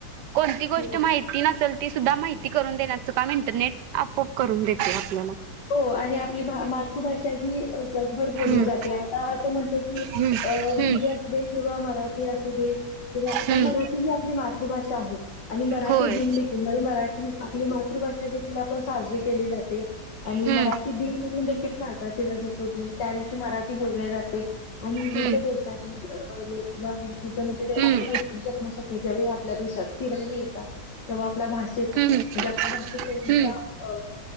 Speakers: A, on the right; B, on the left.
A: कोणती गोष्ट
B: हो
A: माहिती नसेल ती सुद्धा माहिती. करून देण्याचं काम इंटरनेट आपोआप करून देते आपल्याला.
B: हो. आणि आपली मातृभाषा ही जगभर बोलली
A: हम्म
B: जाते. आता असं म्हणतोय की
A: हम्म
B: अ
A: हम्म
B: असू दे किंवा मराठी असू दे किंवा आता
A: हम्म
B: मराठी ही आपली मातृभाषा आहे. आणि मराठी
A: होय
B: दिन देखील म्हणजे मराठी आपली मातृभाषा देखील आपण साजरी केली जाते. आणि
A: हम्म
B: मराठी दिन म्हणून देखील साजरा केला जातो. दिन त्या दिवशी मराठी बोलले जाते. आणि विविध
A: हम्म
B: देशातील लोक किंवा वी वीधता म्हणजे ते
A: हम्म
B: आपली संस्कृती जपण्यासाठी ज्यावेळी आपल्या देशात फिरायला येतात. तेव्हा आपल्या भाषेचा
A: हम्म
B: म्हणजे आपल्या भाषा शैलीच्या
A: हम्म
B: अ